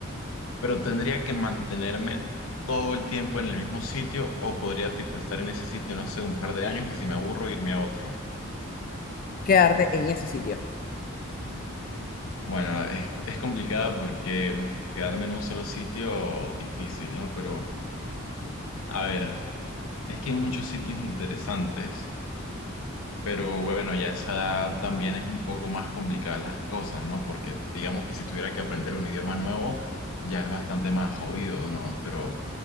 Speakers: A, on the left; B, on the left.
A: Pero tendría que mantenerme todo el tiempo en el mismo sitio o podría, tipo, estar en ese sitio, no sé, un par de años y si me aburro, irme a otro.
B: quedarte en ese sitio.
A: Bueno, es, es complicada porque uf, quedarme en un solo sitio difícil, ¿no? Pero, a ver, es que hay muchos sitios interesantes, pero bueno, ya a esa edad también es un poco más complicadas las cosas, ¿no? Porque digamos que si tuviera que aprender un idioma nuevo, ya es bastante más jodido, ¿no? Pero,